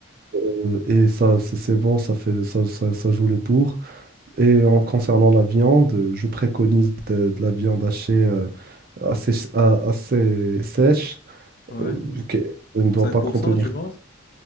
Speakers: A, on the right; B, on the left.
A: euh, et ça, c'est c'est bon, ça fait, ça, ça- ça joue le tour. Et en concernant la viande, je préconise de, de la viande hachée euh, assez, a- assez sèche,
B: ouais.
A: euh, qui ne doit
B: cinq
A: pas
B: pour
A: contenir.
B: cent tu penses?